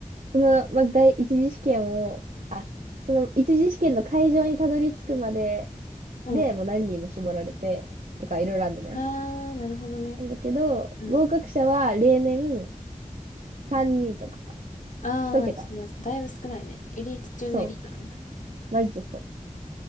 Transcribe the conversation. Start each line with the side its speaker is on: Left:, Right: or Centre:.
Right: その、まず第一次試験を、あ、その一次試験の会場にたどり着くまで
Left: うん。
Right: で、もう何人も絞られて、とかいろいろあるのね。
Left: ああ、なるほどね。
Right: なんだけど、
Left: うん。
Right: 合格者は例年、3人とか、
Left: ああじゃあだいぶ少ないね。
Right: 1桁。
Left: エリート中のエリートなんだ。
Right: そう。マジでそう。っ